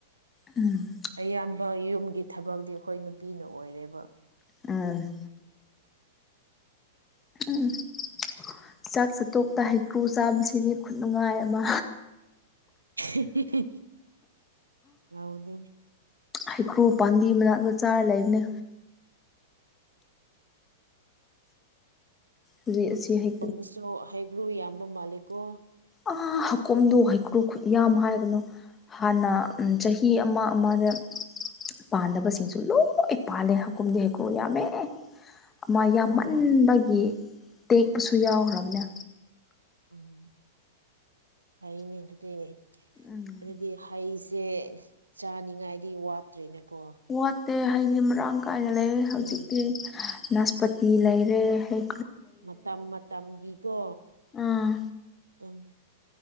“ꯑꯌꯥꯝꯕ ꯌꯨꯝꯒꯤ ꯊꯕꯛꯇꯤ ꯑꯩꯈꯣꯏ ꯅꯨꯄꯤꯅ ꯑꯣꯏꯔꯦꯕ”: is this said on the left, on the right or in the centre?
Right